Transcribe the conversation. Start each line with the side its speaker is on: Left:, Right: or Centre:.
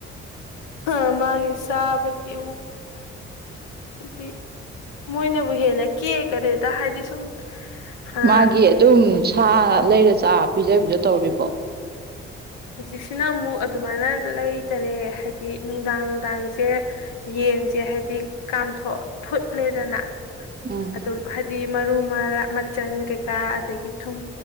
Left: ꯑ ꯃꯥꯒꯤꯦ ꯁꯥꯕꯒꯤ ꯍꯥꯏꯗꯤ ꯃꯣꯏꯅꯕꯨ ꯍꯦꯟꯅ ꯀꯦꯒꯔꯗ ꯍꯥꯏꯗꯤ ꯁꯨꯝ ꯑ
Right: ꯃꯥꯒꯤ ꯑꯗꯨꯝ ꯁꯥ ꯂꯩꯔ ꯆꯥ ꯄꯤꯖ ꯄꯤꯖ ꯇꯧꯔꯤꯕꯣ
Left: ꯍꯧꯖꯤꯛꯁꯤꯅ ꯑꯃꯨꯛ ꯑꯗꯨꯃꯥꯏꯅ ꯂꯩꯇꯔꯦ ꯍꯥꯏꯗꯤ ꯅꯨꯡꯗꯥꯡ ꯅꯨꯡꯗꯥꯡꯁꯦ ꯌꯦꯟꯁꯦ ꯍꯥꯏꯕꯗꯤ ꯀꯥꯝꯊꯣꯛ ꯐꯨꯠꯂꯦꯗꯅ
Right: ꯎꯝ
Left: ꯑꯣ ꯍꯥꯏꯗꯤ ꯃꯔꯨ ꯃꯔꯥꯡ ꯃꯆꯟ ꯀꯩꯀꯥ ꯑꯗꯒꯤ ꯊꯨꯝ